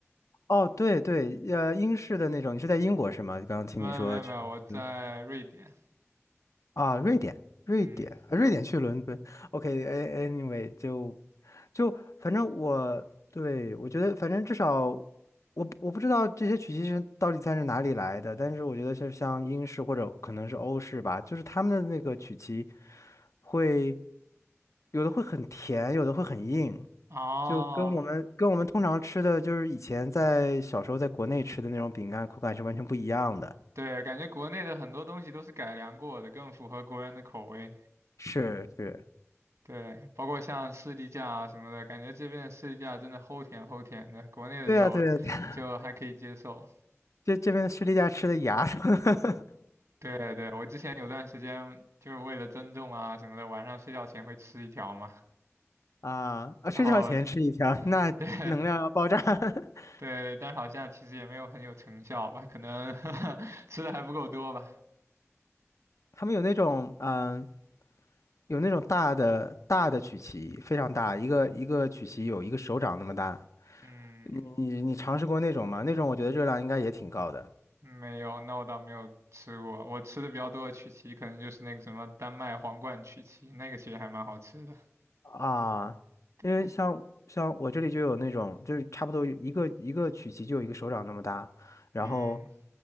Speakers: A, on the left; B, on the right.
A: 哦，对对，呃，英式的那种，你是在英国是吗？刚刚听你说去。
B: 没有没有没有，我在瑞典。
A: 嗯。啊，瑞典，瑞典，
B: 嗯，
A: 啊瑞典去伦敦，OK，anyway，就就反正我对我觉得，反正至少我不我不知道这些曲奇是到底算是哪里来的，但是我觉得就是像英式或者可能是欧式吧，就是他们的那个曲奇会有的会很甜，有的会很硬，
B: 哦，
A: 就跟我们跟我们通常吃的就是以前在小时候在国内吃的那种饼干口感是完全不一样的。
B: 对，感觉国内的很多东西都是改良过的，更符合国人的口味。
A: 是是，
B: 对，包括像士力架啊什么的，感觉这边的士力架真的齁甜齁甜的，国内的就就还可以接受。
A: 对啊对啊这这边士力架吃的牙 <laughs>
B: 对对，我之前有段时间就是为了增重啊什么的，晚上睡觉前会吃一条嘛，
A: 啊啊！
B: 然后
A: 睡觉前吃一条，那能量要爆炸。
B: 对 <laughs>
A: <laughs>
B: 对，但是好像其实也没有很有成效吧，可能 <laughs> 吃的还不够多吧。
A: 他们有那种嗯，有那种大的大的曲奇，非常大，一个一个曲奇有一个手掌那么大。
B: 嗯。
A: 你你你尝试过那种吗？那种我觉得热量应该也挺高的
B: 没有，那我倒没有吃过。我吃的比较多的曲奇，可能就是那个什么丹麦皇冠曲奇，那个其实还蛮好吃的。
A: 啊，
B: 对，
A: 因为像像我这里就有那种，就是差不多一个一个曲奇就有一个手掌那么大，然后
B: 嗯，